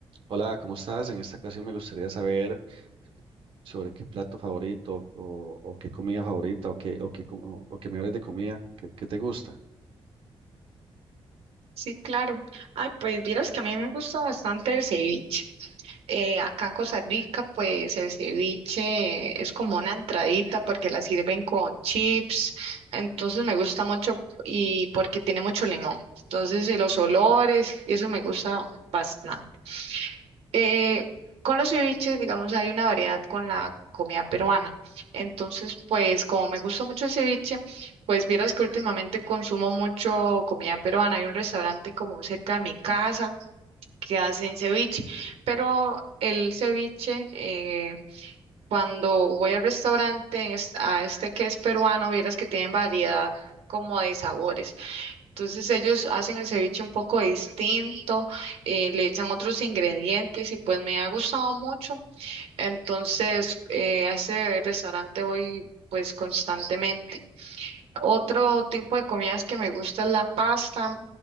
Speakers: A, on the right; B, on the right.
A: Hola, ¿cómo estás? En esta ocasión me gustaría saber sobre qué plato favorito o, o qué comida favorita o qué, o qué, com- o, o que me hables de comida, ¿qué, qué te gusta?
B: Sí, claro. Ay, pues vieras que a mí me gusta bastante el ceviche. Eh, acá en Costa Rica, pues el ceviche es como una entradita porque la sirven con chips. Entonces me gusta mucho y porque tiene mucho limón. Entonces, y los olores, y eso me gusta bastante. Eh, con los ceviches, digamos, hay una variedad con la comida peruana. Entonces, pues como me gusta mucho el ceviche, pues vieras que últimamente consumo mucho comida peruana. Hay un restaurante como cerca de mi casa que hacen ceviche, pero el ceviche, eh, cuando voy al restaurante en es- a este que es peruano, vieras que tienen variedad como de sabores. Entonces ellos hacen el ceviche un poco distinto, eh, le echan otros ingredientes y pues me ha gustado mucho. Entonces eh, a ese restaurante voy pues constantemente. Otro tipo de comidas que me gusta es la pasta.